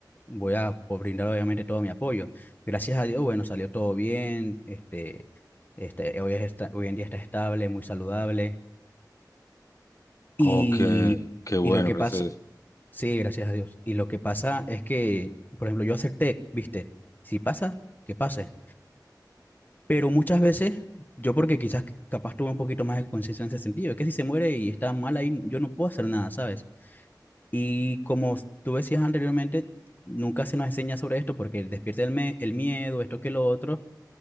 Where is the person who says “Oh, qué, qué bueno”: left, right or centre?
Left